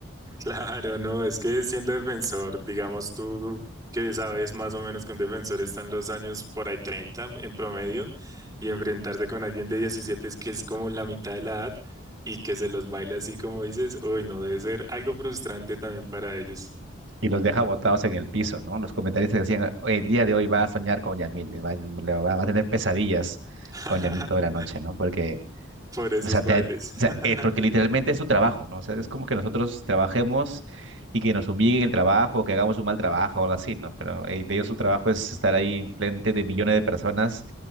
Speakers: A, on the right; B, on the right.
A: Claro, no, es que siendo defensor, digamos tú que sabes más o menos que un defensor están los años por ahí 30 en promedio y enfrentarse con alguien de 17 es que es como la mitad de la edad y que se los baile así como dices, uy, no, debe ser algo frustrante también para ellos
B: Y los deja botados en el piso, ¿no? Los comentaristas decían, el día de hoy va a soñar con Yamil, le va, le va- va a tener pesadillas
A: <laughs>
B: con Yamil toda la noche, ¿no? Porque,
A: por esos
B: o sea,
A: bailes.
B: te- o sea,
A: <laughs>
B: eh, porque literalmente es su trabajo, ¿no? O sea, es como que nosotros trabajemos y que nos humillen el trabajo, o que hagamos un mal trabajo o algo así, ¿no? Pero eh, de ellos su trabajo es estar ahí frente de millones de personas